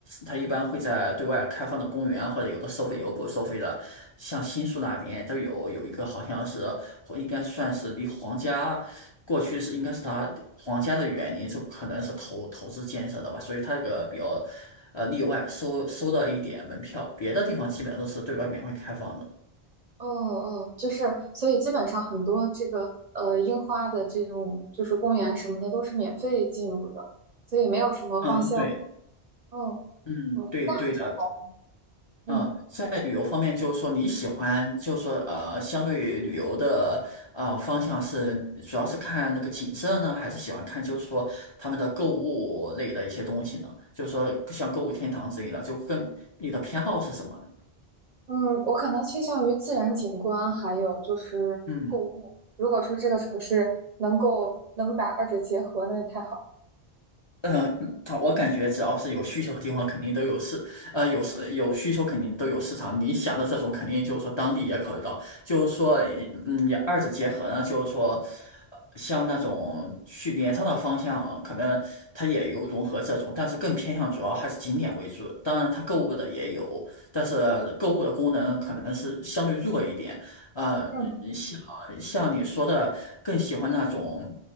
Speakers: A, on the left (about 40°); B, on the right (about 50°).
A: 它一般会在对外开放的公园啊，或者有的收费，有的不收费的。像新宿那边，都有有一个好像是，或应该算是离皇家过去是应该是他皇家的园林，就可能是投投资建设的吧，所以它这个比较呃例外，收收了一点门票，别的地方基本上都是对外免费开放的。
B: 哦哦，就是，所以基本上很多这个呃樱花的这种就是公园什么的都是免费进入的，所以没有什么花销。
A: 嗯，对，
B: 嗯
A: 嗯，
B: 哦，
A: 对对的，
B: 那还挺好。嗯
A: 嗯，在旅游方面，就是说你喜欢，就是说呃，相对于旅游的呃方向是，主要是看那个景色呢，还是喜欢看就是说他们的购物类的一些东西呢？就是说像购物天堂之类的，就跟你的偏好是什么呢？
B: 嗯，我可能倾向于自然景观，还有就是购物。
A: 嗯
B: 如果说这个城市能够能把二者结合，那就太好了。
A: 呃嗯，他我感觉只要是有需求的地方，肯定都有市，呃，有市有需求，肯定都有市场。你想的这种，肯定就是说当地也考虑到，就是说，嗯，也二者结合呢，就是说，呃像那种去镰仓的方向，可能它也有融合这种，但是更偏向主要还是景点为主。当然，它购物的也有，但是购物的功能可能是相对弱一点。呃，
B: 嗯
A: 呃像像你说的，更喜欢那种